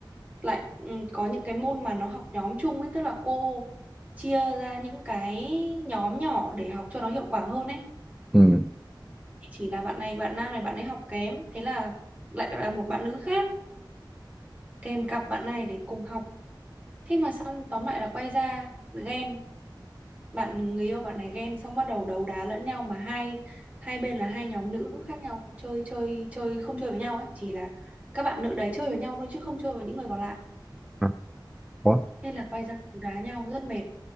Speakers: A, on the right (about 15°); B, in the centre.
A: lại ừ, có những cái môn mà nó học nhóm chung ấy tức là cô chia ra những cái nhóm nhỏ để học cho nó hiệu quả hơn ấy
B: ừ
A: chỉ là bạn này bạn nam này bạn ấy học kém thế là lại là một bạn nữ khác kèm cặp bạn này để cùng học thế mà xong tóm lại là quay ra ghen bạn người yêu bạn này ghen xong bắt đầu đấu đá lẫn nhau mà hai hai bên là hai nhóm nữ khác nhau chơi chơi chơi không chơi với nhau ấy chỉ là các bạn nữ đấy chơi với nhau thôi chứ không chơi với những người còn lại
B: À, ủa
A: nên là quay ra đấu đá nhau rất mệt